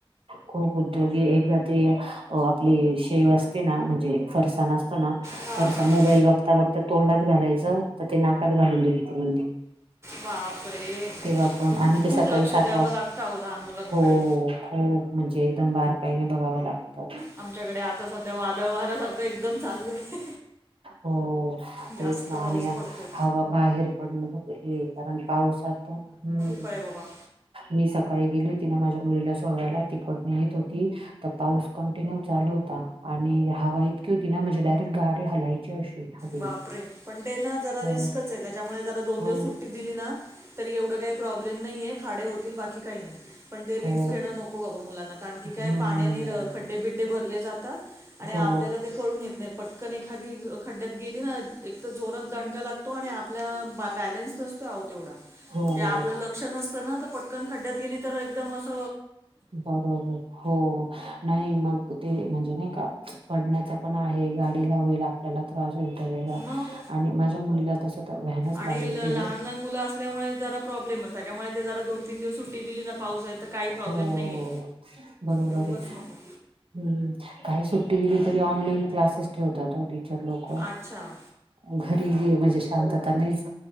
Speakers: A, on the right; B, on the right.
A: खूप उद्योगी एकदा ते आपली शेव असते ना म्हणजे फरसाण असतो ना.
B: हा
A: बरसा
B: हा हा
A: मोबाईल बघता बघता तोंडात घालायचं तर ते नाकात घालून दिेली ती बंदी.
B: बापरे
A: तेव्हा पण आणि ते
B: खूप
A: सकाळी
B: लक्ष
A: सात
B: द्यावं लागतं अहो लहान मुलांकडे
A: हो खूप म्हणजे एकदम बारकाईने बघावं लागतं.
B: आमच्याकडे आता सध्या वादळ वाऱ्या सारखं एकदम चालू आहे.
A: हो.
B: जास्त
A: तेच ना
B: पाऊस
A: आणि
B: पडतोय
A: हवा बाहेर पडण हे कारण पाऊसता हम्म.
B: व्हय बाबा.
A: मी सकाळी गेल होती तिने माझ्या मुलीला सोडवायला तिकडणं येत होती. तर पाऊस कंटिन्यू चालू होता आणि हवा इतकी होती ना म्हणजे डायरेक्ट गाडी हलायची <unintelligible>
B: बापरे पण ते ना जरा
A: हो
B: रिस्कच आहे त्याच्यामुळे जरा दोन
A: हो
B: दिवस सुट्टी दिली ना तरी एवढ काही प्रॉब्लेम नाहीये खाडे होतील बाकी काही नाही पण रीस्क
A: हो
B: घेन नको बाबा मुलांना कारण की काय
A: हम्म
B: पाणी ण्याने खड्डे बिड्डे भरले जातात आणि आपल्याला
A: हो
B: कळून येत नाही पटकन एखादी खड्ड्यात गेलीना एक तर जोरात दणका लागतो आणि आपल्या बॅलेन्स नसतो आहो तेवढा.
A: हो
B: म्हणजे आपल लक्ष नसत ना तर पटकन खड्ड्यात गेली तर एकदम अस
A: बरोबर हो नाही मग ते म्हणजे नाही का पडण्याच पण आहे गाडीला <unintelligible> आपल्याला त्रास होईल त्यावेळेला
B: मग
A: आणि माझ्या मुलीला तस तर व्हॅनच
B: आणि
A: लावलेली
B: लहान
A: आहे
B: लहान मुल असल्यामुळे जरा प्रॉब्लेमच त्याच्यामुळे ते जरा दोन तीन दिवस सुट्टी दिली ना पाऊस आहे तर काही प्रॉब्लेम
A: हो
B: नाहीये
A: बरोबर
B: ते उघच
A: आहे
B: नको.
A: हम्म काही सुट्टी दिली तरी ऑनलाईन क्लासेस ठेवतात ओ टीचर लोक.
B: अच्छा
A: घरी म्हणजे शांतता नाहीच